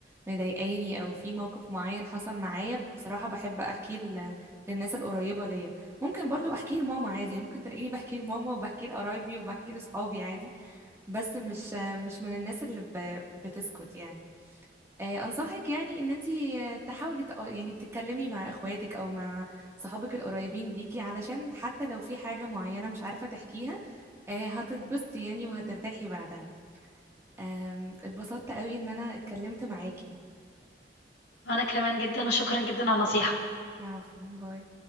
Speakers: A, on the right; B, on the left.
A: مضايقاني او في موقف معين حصل معايا بصراحة بحب احكيه ل- للناس القريبة ليا ممكن برضو احكيه لماما عادي يعني ممكن تلاقيني بحكيه لماما وبحكيه لقرايبي وبحكيه لصحابي عادي بس مش مش من الناس اللي ب- بتسكت يعني آه، انصحك يعني ان انتي آه، تحاولي تق- يعني تتكلمي مع اخواتك او مع صحابك القريبين ليكي علشان حتى لو في حاجة معينة مش عارفة تحكيها آه، هتتبسطي يعني وهترتاحي بعدها آم، اتبسطت قوي ان انا اتكلمت معاكي
B: وانا كمان جدا وشكرا جدا على النصيحه
A: العفو باي